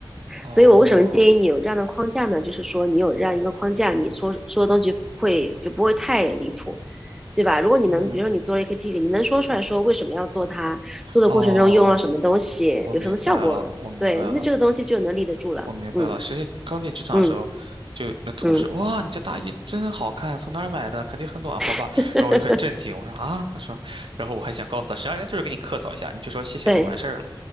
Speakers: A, on the right; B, in the centre.
A: 哦，
B: 所以我为什么建议你有这样的框架呢？就是说你有这样一个框架，你说说的东西不会就不会太离谱，对吧？如果你能，
A: 嗯，
B: 比如说你做了一个 tick，你能说出来说为什么要做它，做的过程中用了什么东西，
A: 哦，我明白了，
B: 有什么效果，
A: 我明白了，
B: 对，那这个东西就能立得住了。
A: 我明白了。
B: 嗯
A: 实际刚进职场的时候，
B: 嗯
A: 就那同事，
B: 嗯，
A: 哇，你这大衣真好看，从哪儿买的？肯定很暖和吧？
B: <laughs>
A: 然后我就很震惊，我说啊，他说，然后我还想告诉他，实际上人家就是给你客套一下，你就说谢谢就完事儿了
B: 对，